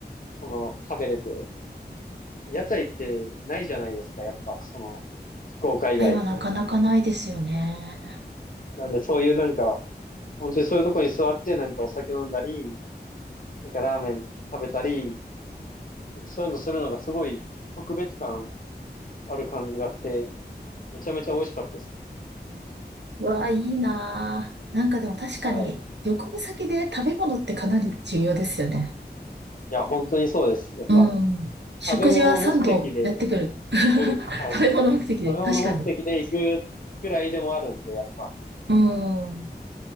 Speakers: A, on the left; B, on the right.
A: その、食べれて、屋台ってないじゃないですか、やっぱ、その、福岡以外。
B: 屋台はなかなかないですよね。
A: なんで、そういうなんか、本当にそういうとこに座って何かお酒飲んだり、なんかラーメン食べたり、そういうのするのがすごい特別感ある感じがして、めちゃめちゃ美味しかったですね。
B: うわあ、いいなぁ。なんかでも確かに、
A: はい。
B: 旅行先で食べ物ってかなり重要ですよね。
A: いや、本当にそうです。やっぱ、
B: うん。食事は3度やってくる。
A: 食べ物目的で
B: <laughs>
A: 行く、はい。
B: 食べ物目的で、
A: 食べ物目的で行くくらいでもあるんで、
B: 確かに。
A: やっぱ、
B: うん。